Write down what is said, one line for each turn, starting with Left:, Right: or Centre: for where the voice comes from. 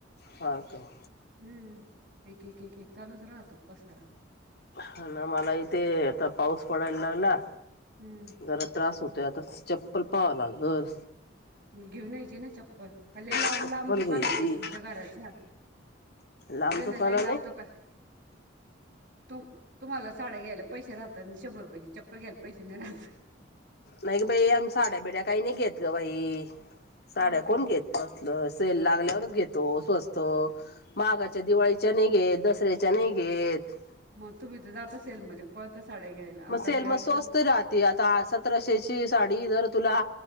Left: हा का
Right: हम्म एक एक एक एक चालूच राहतो पसारा
Left: ह ना मला इथे आता पाऊस पडायला लावला
Right: हम्म
Left: जरा त्रास होतोय आता चप्पल पाहा ना लागल
Right: मी घेऊन यायची ना चप्पल हले ला
Left: चप्पल
Right: लांब दुकान
Left: घ्यायची
Right: ना तुमच्या घराच्या
Left: लांब
Right: ते
Left: दुकान
Right: ल ल
Left: नाही
Right: लाम तो का <unintelligible> तुम तुम्हाला साड्या घ्यायला पैसे राहतात शंभरुपयाची चप्पल घ्यायला पैसे नाही राहत
Left: नाही ग बाई आम्ही साड्या बिड्या काही नाही घेत ग बाई साड्या
Right: हा का
Left: कोण घेत बसलं सेल लागल्यावरच घेतो स्वस्त माघाच्या दिवाळी चने ग दसरे चने घेत
Right: मग तुम्ही तर जाता सेलमध्येध्ये पळता साड्या घ्यायला
Left: मग
Right: असं
Left: सेल
Right: मी ऐकलं.
Left: मग स्वस्त राहते आता सतराशेची साडी जर तुला